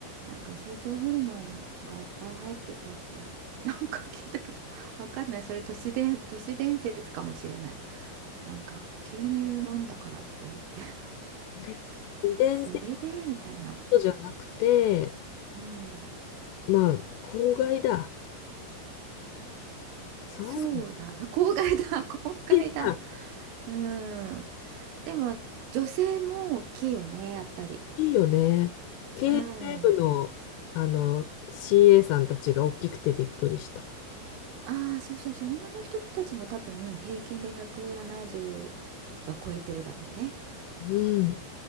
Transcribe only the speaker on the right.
なんか成長ホルモンがいっぱい入ってたって、<laughs> なんか聞いたけど、わかんない。それ都市伝、都市伝説かもしれない。なんか牛乳飲んだからって言って、<laughs>
それでみたいな。
うん、
そうだ。<laughs> 公害だ。公害だ。
うん。でも女性も大きいよね、やっぱり。
うん。
ああ、そうそうそう。女の人たちも多分平均で170は超えてるだろうね。